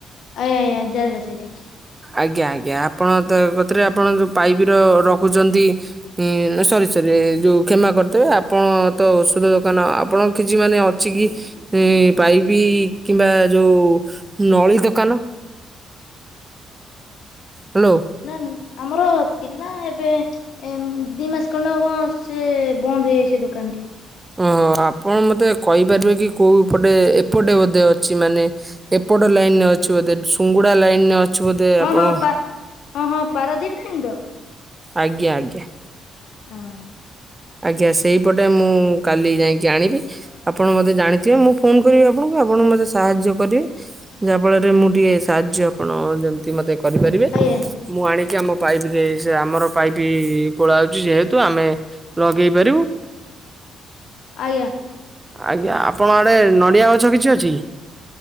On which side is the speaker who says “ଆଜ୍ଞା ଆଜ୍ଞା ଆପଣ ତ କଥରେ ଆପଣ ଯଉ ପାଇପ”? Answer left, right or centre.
Right